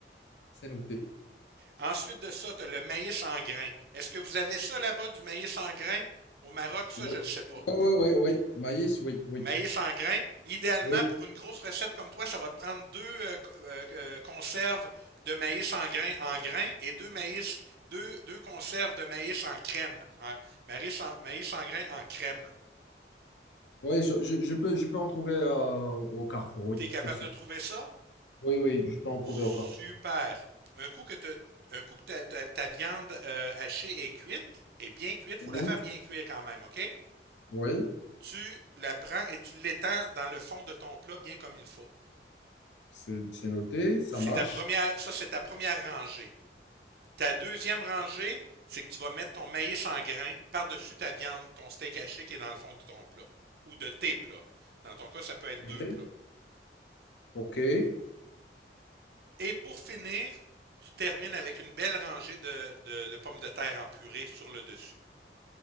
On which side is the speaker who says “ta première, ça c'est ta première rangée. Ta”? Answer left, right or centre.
Right